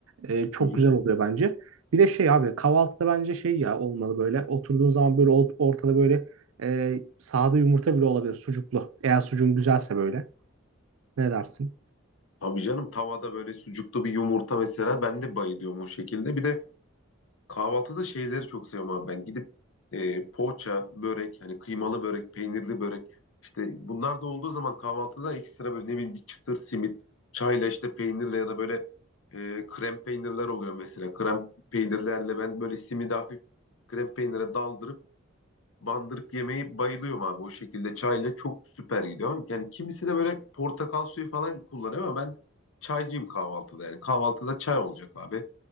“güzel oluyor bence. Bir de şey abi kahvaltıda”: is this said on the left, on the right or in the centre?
Right